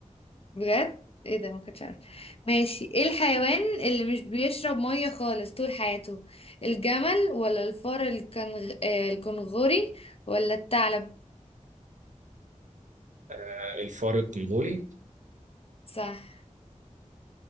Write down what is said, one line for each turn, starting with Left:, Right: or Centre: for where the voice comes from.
Left: بجد ايه ده ما كنتش عارفه ماشي ايه الحيوان اللي مش بيشرب ميه خالص طول حياته الجمل ولا الفار الكنغ... آه، الكنغوري ولا الثعلب
Right: آه، الفار الكونغولي
Left: صح